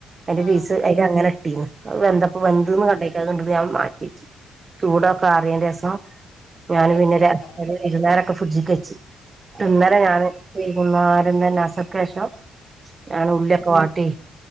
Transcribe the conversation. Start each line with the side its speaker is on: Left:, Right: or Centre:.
Right: അയിന്റെ
Left: ആഹ്
Right: പീസ് അയിലങ്ങനെ ഇട്ടീനി ആവന്തപ്പ
Left: ആഹ്
Right: വന്ത്ന്ന് കണ്ട ഞാൻ കണ്ടാണ് മാറ്റ്യേച്ച് ചൂടൊക്കെ ആറിയെന്റെസം
Left: കട്ലറ്റ്
Right: ഞാന് പിന്നെ
Left: ഇണ്ടാക്കാന്
Right: <unintelligible> വെയ്ന്നാരോക്കെ ഫ്രിഡ്ജ്ക്ക് വെച്ച് ട്ട് ന്നലെ
Left: ആഹ്
Right: ഞാന് വൈകുന്നേരം തന്നെ അസർക്കേഷം ഞാന്
Left: ഉം
Right: ഉള്യോക്കെ വാട്ടി